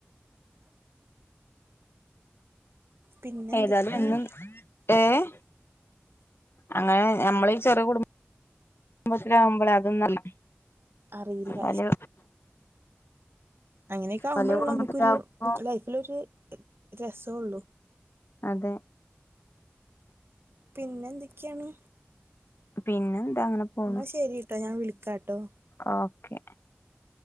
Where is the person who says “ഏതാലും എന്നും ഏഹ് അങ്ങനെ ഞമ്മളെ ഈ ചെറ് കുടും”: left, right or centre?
Left